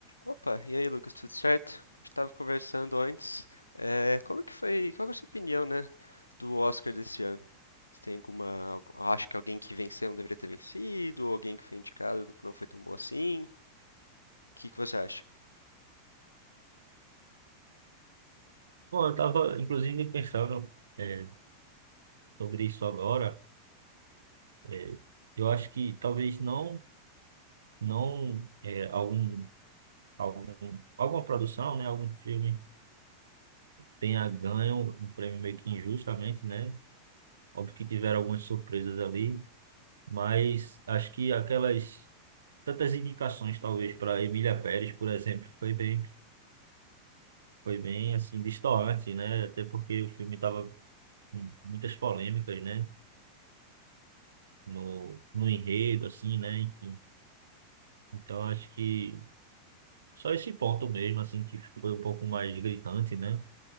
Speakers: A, on the left (about 80°); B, on the right (about 65°).
A: Opa, e aí, Lucas, tudo certo? A gente estava conversando antes. eh, como que foi? Qual que é a sua opinião, né, do Oscar desse ano? Você tem alguma? algu- Acha que alguém que venceu não deveria ter vencido? Ou alguém que foi indicado que não foi tão bom assim? O que que você acha?
B: Bom, eu estava inclusive pensando é, sobre isso agora. É, eu acho que talvez não, não é, algum, algum, alguma produção, né, algum filme tenha ganho um prêmio meio que injustamente, né? Óbvio que tiveram algumas surpresas ali, mas acho que aquelas tantas indicações talvez para Emília Pérez, por exemplo, foi bem, foi bem assim destoante, né? Até porque o filme tava com muitas polêmicas, né? No, no enredo, assim, né? Enfim. Então, acho que só esse ponto mesmo, assim, que foi um pouco mais gritante, né?